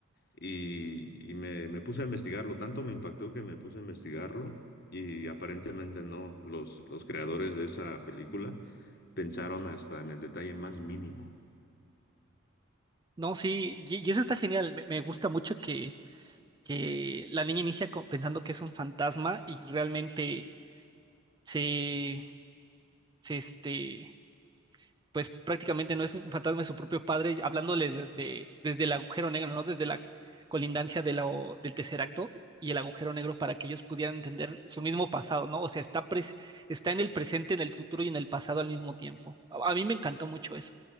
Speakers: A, on the left; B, on the right.
A: Y, y me, me puse a investigarlo, tanto me impactó que me puse a investigarlo y aparentemente no, los, los creadores de esa película pensaron hasta en el detalle más mínimo.
B: No, sí, y, y eso está genial. Me, me gusta mucho que, que la niña inicia co- pensando que es un fantasma y realmente se, se, este, pues prácticamente no es un fantasma, es su propio padre, hablándole desde, desde el agujero negro, ¿no? Desde la colindancia de la, o- del tercer acto y el agujero negro para que ellos pudieran entender su mismo pasado, ¿no? O sea, está, pres- está en el presente, en el futuro y en el pasado al mismo tiempo. A, a mí me encantó mucho eso.